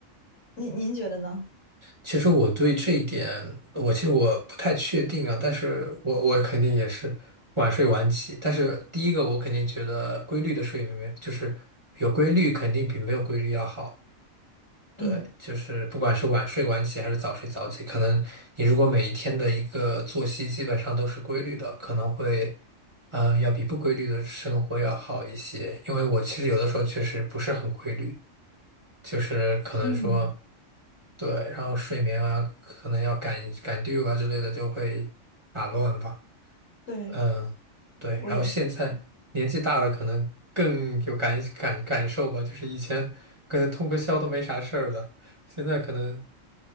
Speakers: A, on the left; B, on the right.
A: 您您觉得呢？
B: 其实我对这一点，我其实我不太确定啊，但是我我肯定也是晚睡晚起。但是第一个，我肯定觉得规律的睡眠就是有规律，肯定比没有规律要好。对，
A: 嗯
B: 就是不管是晚睡晚起还是早睡早起，可能你如果每一天的一个作息基本上都是规律的，可能会，嗯、要比不规律的生活要好一些。因为我其实有的时候确实不是很规律，就是可能说，
A: 嗯。
B: 对，然后睡眠啊，可能要赶赶 due 啊之类的，就会打乱吧。
A: 对，
B: 嗯，对，
A: 我也是，
B: 然后现在年纪大了，
A: 对，
B: 可能更有感感感受吧。就是以前可能通个宵都没啥事儿的，现在可能